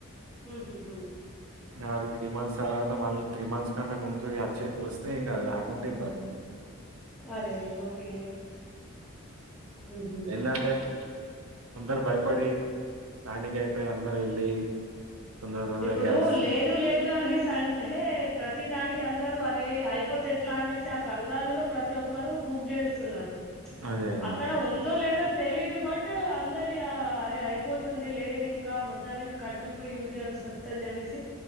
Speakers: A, in the centre; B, on the right (about 80°).
A: ఉహుహు
B: అది త్రీ మంత్స్ తర్వాత మళ్ళీ త్రీ మంత్స్ కంటే ముందు వచ్చి వస్తే ఏం కాదు అది రాకుంటే ఇబ్బంది
A: అరే ఓకే ఉహు
B: ఎందటే అందరు భయపడి ప్యానికి అయిపోయి అందరు వెళ్లి తొందర తొందరగా
A: ఇప్పుడు
B: గ్యాస్
A: లేదు లేదు అనేసి అంటే ప్రతి దానికి అందరూ అరే అయిపోతే ఎట్లా అనేసి కంగారులో ప్రతి ఒక్కరు బుక్ చేస్తున్నారు
B: అదే కదా
A: అక్కడ ఉందో లేదో తెలిదు బట్టు అందరి అరే అయిపోతుంది లేదు ఇంకా మొత్తానికి కట్టెల్ పోయి యూజ్యాల్స్ సస్తాది అనేసి